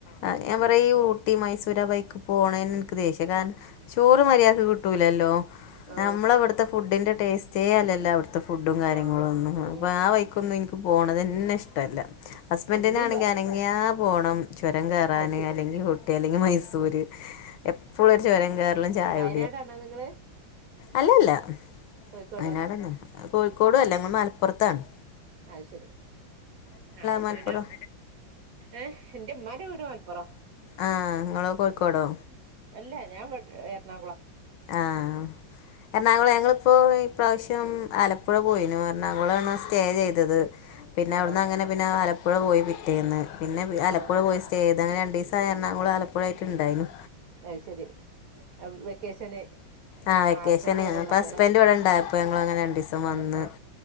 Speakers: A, on the left; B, on the right.
A: ആഹ് ഞാൻ പറയാ ഈ ഊട്ടി മൈസൂർ ആ ബൈക്കി പോണെൻ ഇൻക്ക് ദേഷ്യ കാൻ ചോറ് മര്യാക്ക് കിട്ടൂലല്ലോ
B: ആ
A: നമ്മളെ വട്ത്തെ ഫുഡിന്റെ ടേസ്റ്റേ അല്ലല്ലോ അവിടുത്തെ ഫുഡും കാര്യങ്ങളൊന്നു
B: ആ ഉം
A: അ പ്പ ആ വയ്ക്കൊന്നു ഇൻക്ക് പോണതെന്നെഷ്ടല്ല ഹസ്ബൻ്റിനാണെങ്കി
B: ഇമ്മീം
A: അനങ്ങ്യാ പോണം ചുരം കേറാന്
B: അത് ശരി
A: അല്ലെങ്കി ഊട്ടി അല്ലെങ്കി മൈസൂര് എപ്പോഴു ഒരു ചുരം കയറലും ചായു
B: വനാടാണോ നിങ്ങള്
A: അല്ല അല്ല
B: കോഴിക്കോടോ
A: വയനാടൊന്നുല്ല കോഴിക്കോടൊല്ല ങ്ങള് മൽപ്പുറത്താണ്
B: അയ്‌ ശരി ആ ഔണ്ട്
A: മലപ്പുറം
B: പിന്നെ എഹ് ന്റെ മ്മാൻ്റെ വീട് മലപ്പുറം
A: ആഹ് നിങ്ങള് കോഴിക്കോടോ
B: ഉം അല്ല ഞാൻ വട് എർണാകുളം
A: ആഹ് എറണാകുളം ഞങ്ങളിപ്പോ ഇപ്രാവശ്യം ആലപ്പുഴ പോയിനു എറണാകുളാണ സ് സ്റ്റേ ചെയ്തത് പിന്നെ
B: ആണോ
A: അവിടുന്നങ്ങനെ പിന്നെ ആലപ്പുഴ പോയി പിറ്റേന്ന് പിന്നെ ആലപ്പുഴ
B: ആ
A: പോയി സ് എതങ്ങനെ രണ്ടീസായി എർണാകുള ആലപ്പുഴായിട്ട്ണ്ടായിനു
B: അയ്ശരി എം വെക്കേഷന്
A: ആ വെക്കേഷന്
B: ഹസ്ബൻഡ് ഇവിടെ
A: അപ്പ
B: ഉള്ളപ്പോലെ
A: ഹസ്ബൻ്റ് വടെ ണ്ടായപ്പോ ഞങ്ങള് അങ്ങനെ രണ്ടീസം
B: ആഹ്
A: വന്ന്
B: ആഹ്